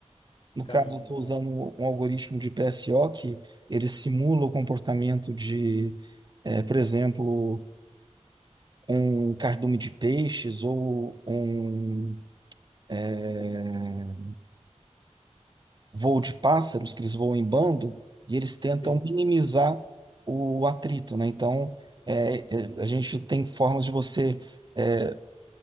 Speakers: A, on the right (about 40°); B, on the left (about 45°).
A: no
B: caramba.
A: caso, eu estou usando
B: ah,
A: um algoritmo de PSO que ele simula o comportamento de, eh, por exemplo, um cardume de peixes ou um eh, voo de pássaros, que eles voam em bando, e eles tentam
B: Sim,
A: minimizar o atrito, né? Então, eh, eh, a gente tem formas de você eh,